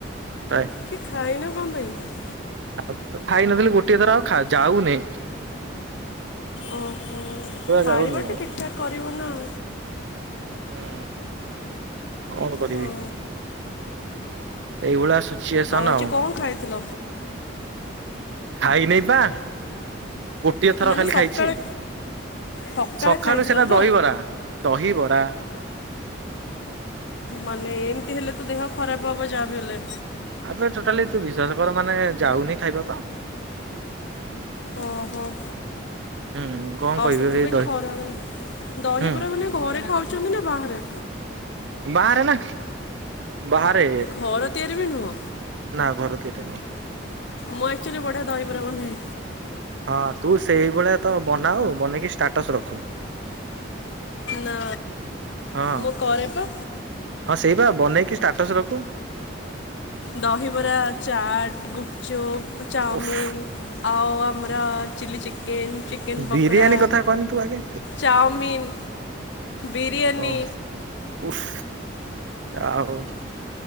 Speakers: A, on the right; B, on the left.
A: ପ୍ରାୟେ
B: କିଏ ଖାାଇନ କଣ ପାଇଁ?
A: ଆଉ ଖାଇ ନଥିଲି ଗୋଟିଏ ଥର ଆଉ ଯାଉନି।
B: ଓହୋ ଖାଇବା
A: ଯାଉନି
B: ଟେ
A: ଆଉ।
B: ଠିକଠାକ୍ କରିବ ନାଉ।
A: ହଁ। କଣ କରିବି?
B: ହଁ
A: ଏଇଭଳିଆ ସିଚୁଏସନ୍
B: ଆଜି
A: ଆଉ।
B: କଣ ଖାଇଥିଲ?
A: ଖାଇ ନେଇପା। ଗୋଟିଏ ଥର
B: ମାନେ
A: ଖାଲି
B: ସକାଳେ
A: ଖାଇଛି,
B: ସକାଳେ
A: ସକାଳୁ
B: ଖାଇଥିଲ
A: ସେଟା
B: ତ?
A: ଦହିବରା ଦହିବରା।
B: ମାନେ ଏମତି ହେଲେ ତ ଦେହ ଖରାପ ହବ ଯାହା ବି ହେଲେ।
A: ଆବେ ଟୋଟାଲି ତୁ ବିଶ୍ଵାସ କର ମାନେ ଯାଉନି ଖାଇବାପା,
B: ଓହୋ।
A: ହୁଁ। କଣ
B: ଆଉ
A: କହିବି
B: ସେଥିପାଇଁ
A: ଏଇ ଦହି
B: ଖରାବେ, ଦହିବରା
A: ହୁଁ
B: ମାନେ ଘରେ ଖାଉଛନ୍ତି ନା ବାହାରେ?
A: ବାହାରେ ନା ବାହାରେ,
B: ଘର ତିଆରି ବି ନୁହଁ
A: ନା ଘର ତିଆରି ନୁହଁ।
B: ମୁଁ ଏକଚୁଆଲି ବଢିଆ ଦହିବରା ବନାଏ।
A: ହଁ ତୁ ସେଇଭଳିଆ ତ ବନାଉ, ବନେଇକି ଷ୍ଟାଟସ ରଖୁ।
B: ନା
A: ହଁ
B: ମୁଁ କରେ ପା
A: ହଁ ସେଇ ବା ବନେଇକି ଷ୍ଟାଟସ ରଖ ମୁଁ
B: ଦହିବରା, ଚାଟ୍, ଗୁପଚୁପ୍, ଚାଉମିିନ
A: ଓଫ୍
B: ଆଉ ଆମର ଅ chilli chicken. Chicken pakora
A: biryani କଥା କୁହନି ତୁ ଆଗେ,
B: ଚାଉମିନ୍ ବିରିୟାନୀ
A: ଓହ ଉଫ। ଆଉ।